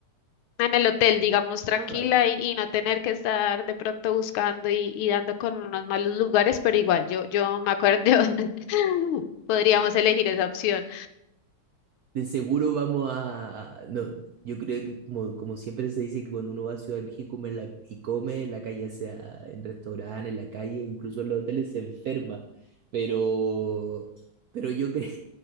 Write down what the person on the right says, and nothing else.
Ah, vale.
De seguro vamos a... No, yo creo que como, como siempre se dice que cuando uno va a Ciudad de México come en la- y come en la calle, sea en restaurantes, en la calle, incluso en los hoteles, se enferma. Pero, pero yo <laughs> creo